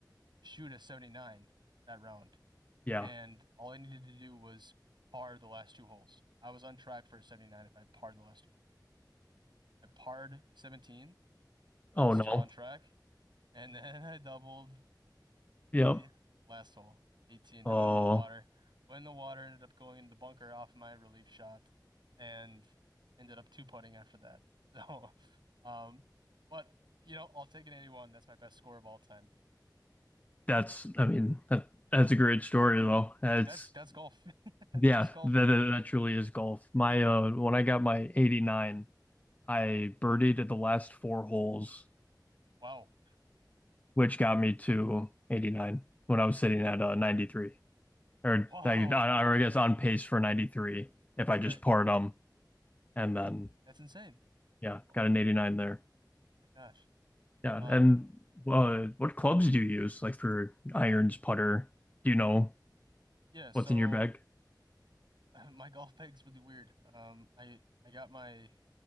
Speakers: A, on the right; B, on the left.
A: shoot a 79 that round,
B: Yeah.
A: and all I needed to do was par the last two holes. I was on track for a 79 if I parred the last two. I parred 17, so
B: Oh
A: I was still
B: no.
A: on track, and then <laughs> I doubled,
B: Yep.
A: the last hole, 18.
B: Oh,
A: I went in the water. Went in the water, ended up going into the bunker off my relief shot, and ended up two putting after that. <laughs> So, um, but you know, I'll take an 81. That's my best score of all time.
B: that's I mean that that's a great story though. That's
A: That's that's golf. <laughs> That's
B: yeah,
A: just golf.
B: that that, that truly is golf. My uh when I got my 89 I birdied at the last four holes,
A: Wow.
B: which got me to 89 when I was sitting at uh, 93. Or
A: Wow.
B: I, or I guess on pace for 93 if I
A: Right.
B: just parred them. And then,
A: That's insane.
B: yeah,
A: Oh
B: got an 89 there.
A: my gosh.
B: Yeah.
A: Um,
B: And uh, what clubs do you use, like for irons, putter? Do you know
A: yeah, so
B: what's in your bag?
A: <laughs> my golf bag's really weird. Um, I I got my